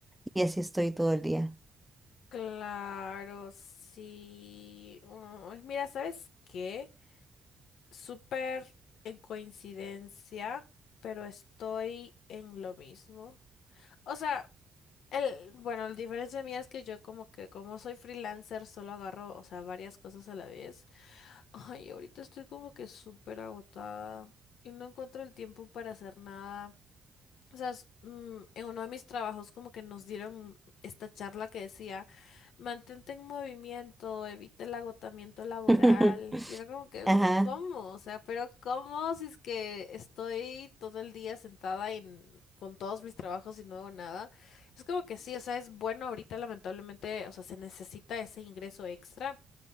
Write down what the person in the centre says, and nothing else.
Y así estoy todo el día.
<laughs>
Ajá.